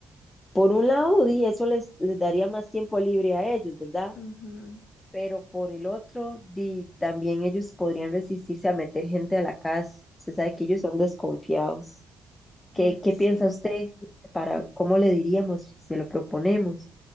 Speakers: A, on the left; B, on the left.
A: por un lado, di, eso les, les daría más tiempo libre a ellos, ¿verdad?
B: ujú,
A: pero por el otro, di, también ellos podrían resistirse a meter gente a la casa. Se sabe que ellos son desconfiados. ¿Qué,
B: Bueno,
A: qué
B: sí.
A: piensa usted para cómo le diríamos si se lo proponemos?